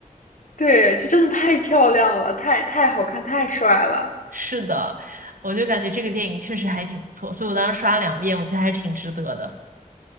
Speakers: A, on the left; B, on the right.
A: 对，就真的太漂亮了，太太好看，太帅了。
B: 是的，我就感觉这个电影确实还挺不错，所以我当时刷了两遍，我觉得还是挺值得的。